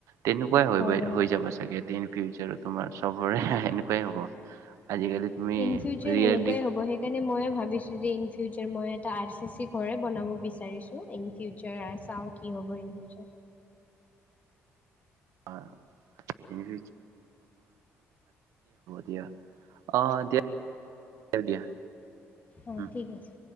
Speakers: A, on the right (about 80°); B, on the left (about 30°).
A: তেনেকুৱাই হৈ
B: হয়
A: গৈ,
B: হয়
A: হৈ যাব চাগে দে। ফিউচাৰত তোমাৰ চবৰে এনেকুৱাই হ'ব। আজিকালি তুমি
B: ইন ফিউচাৰ
A: ৰিয়েলি
B: সেনেকুৱাই হ'ব, সেইকাৰণে ময়ো ভাবিছোঁ যে, ইনফিউ ফিউচাৰ মই এটা আৰ চি চি ঘৰে বনাব বিচাৰিছোঁ, ইন ফিউচাৰ আৰ চাও কি হ'ব ইন ফিউচা
A: <unintelligible> হ'ব দিয়া। অ', দিয়া, দিয়া
B: অ',
A: উম
B: ঠিক আছে।